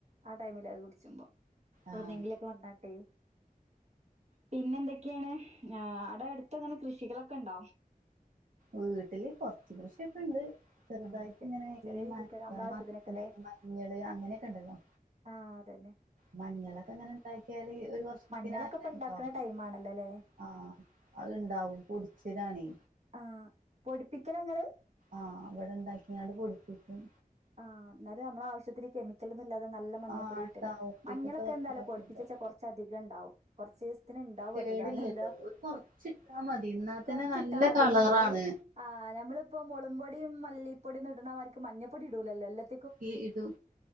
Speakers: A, on the right; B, on the right.
A: ആ ടൈമില് അത് കുടിച്ചുമ്പോ എവിടെന്നെങ്കിലൊക്കെ
B: ആഹ് ആഹ്
A: വന്നട്ടെ. പിന്നെന്തൊക്കാണ് ആടെ അടുത്ത് അങ്ങനെ കൃഷികളൊക്കെണ്ടോ?
B: വീട്ടില് കൊറച്ച് കൃഷിയൊക്കെണ്ട്. ചെറുതായിട്ടിങ്ങനെ
A: ഉം ചെ ചെറിയ
B: ഈ
A: രീതിക്ക്
B: മ
A: നമ്മളെ ആവശ്യത്തിനൊക്കെല്ലേ
B: മത്തന് മഞ്ഞള് അങ്ങനെയൊക്കെണ്ടല്ലോ
A: ആഹ് അതെയതെ
B: മഞ്ഞളൊക്കങ്ങനെ ഇണ്ടാക്കിയാല് ഒരു വർഷത്തിനായിട്ട്
A: മഞ്ഞളൊക്കെ ഇപ്പ
B: <unintelligible>
A: ഇണ്ടാക്കണ
B: ണ്ടാവും.
A: ടൈം ആണല്ലോ അല്ലേ
B: ആഹ് അത്ണ്ടാവും പൊടിച്ചിതാണെ
A: ആഹ് പൊടിപ്പിക്കല ങ്ങള്?
B: ആഹ് അവിടെണ്ടാക്കിയാണ്ട് പൊടിപ്പിക്കും.
A: ആഹ് എന്നാല് നമ്മളെ ആവശ്യത്തിന് കെമിക്കൽ ഒന്നുല്ലാതെ നല്ല മഞ്ഞപ്പൊടി
B: ആഹ്
A: വിറ്റല്.
B: ഉണ്ടാവും
A: മഞ്ഞളൊക്കെ
B: പിറ്റത്തെ വർഷം
A: എന്താലും
B: അവിടെ
A: പൊടിപ്പിച്ചച്ചാ
B: ഉണ്ടാവും
A: കൊറച്ചധികം ഉണ്ടാവും. കൊറച്ചീസ ത്തിന് ഉണ്ടാവും
B: കേടില്ലല്ലോ
A: അത്. കാരണം എന്താ
B: ഒരു കൊറച്ചിട്ടാ
A: കൊ
B: മതി എന്നാ തന്നെ
A: കൊറച്ചിട്ടാ
B: നല്ല
A: മതിയല്ലോ
B: കളറാണ്
A: നമ്മള് ആഹ് നമ്മളിപ്പോ മൊളംപൊടിയും മല്ലിപ്പൊടിം ഇടണ മാതിരിക്ക് മഞ്ഞപ്പൊടി ഇടൂലല്ലോ. എല്ലാത്തി
B: ഈ ഇടും